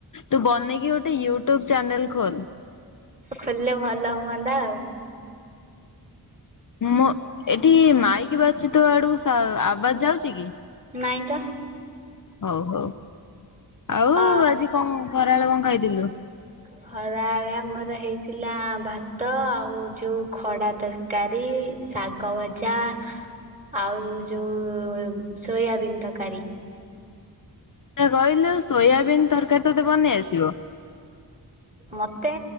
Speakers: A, on the left; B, on the right.
A: ତୁ ବନେଇକି ଗୋଟେ ୟୁଟ୍ୟୁବ ଚ୍ୟାନେଲ ଖୋଲ୍।
B: ଖୋଲିଲେ ଭଲ ହୁଅନ୍ତା ଆଉ।
A: ମୁଁ ଏଠି ମାଇକି ବାଜୁଛି। ତୁ ଆଡକୁ ଆବାସ ଯାଉଛି କି!
B: ନାଇଁ ତ।
A: ହଉ ହଉ ଆଉ
B: ଅ
A: ଆଜି କଣ ଖରାବେଳୁ କଣ ଖାଇଥିଲୁ?
B: ଖରାବେଳେ ଆମର ହେଇଥିଲା ଭାତ ଆଉ ଯୋ ଖଡା ତର କାରୀ, ଶାଗ ଭାଜା ଆଉ ଯୋଉ ସୋୟାବିନ୍ ତରକାରୀ।
A: ଦେଖିଆ କହିଲୁ ସୋୟାବିନ୍ ତରକାରୀ ତୋତେ ବନେଇ ଆସିବ?
B: ମତେ